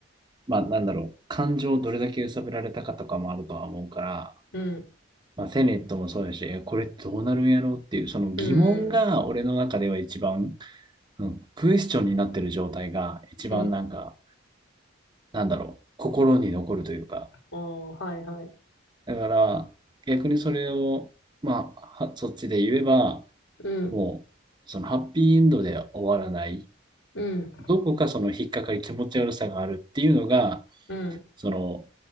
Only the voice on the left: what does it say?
うん。
うん。
うん。
おー、はいはい。
うん。
うん。
うん。